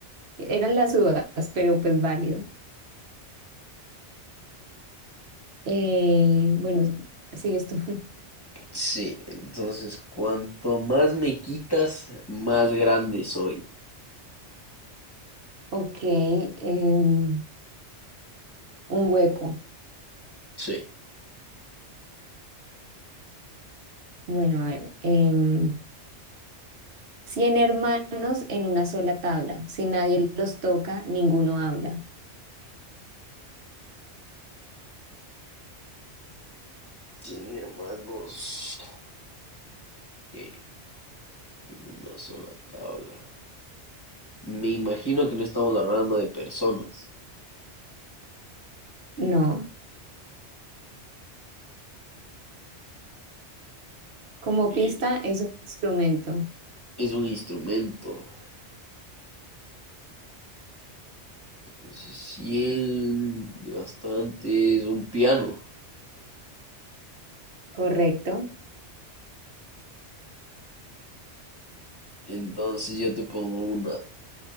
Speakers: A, on the right; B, on the left.
A: Eran las uvas, pero pues válido. Eh, bueno, sigues tú. <laughs>
B: Sí. Entonces, cuanto más me quitas, más grande soy.
A: Ok, em, un hueco.
B: Sí.
A: Bueno, a ver. em, Cien hermanos en una sola tabla. Si nadie los toca, ninguno habla.
B: Sin hermanos, eh, en una sola tabla. Me imagino que no estamos hablando de personas.
A: No. Como
B: eh,
A: pista es un instrumento.
B: es un instrumento. Entonces, 100 de bastante es un piano.
A: Correcto.
B: Entonces yo te pongo una.